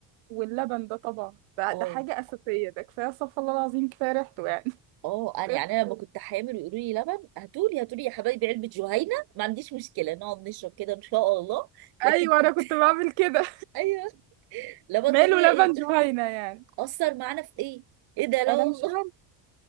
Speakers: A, on the right; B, on the right.
A: واللبن ده طبعا ده,
B: اه
A: ده حاجه اساسيه ده كفايه استغفر الله العظيم كفايه ريحته يعني
B: اه
A: <laughs>
B: انا
A: ريحته
B: يعني انا لما كنت حامل ويقولوا لي لبن هاتولي هاتولي يا حبايبي علبه جهينه ما عنديش مشكله نقعد نشرب كده ان شاء الله لكن
A: ايوه
B: <laughs>
A: انا كنت بعمل كده
B: ايوه لبن
A: ماله
B: طبيعي
A: لبن
B: ايه
A: جهينه يعني
B: اثر معانا في ايه ايه ده لا
A: انا
B: والله
A: مش عارفه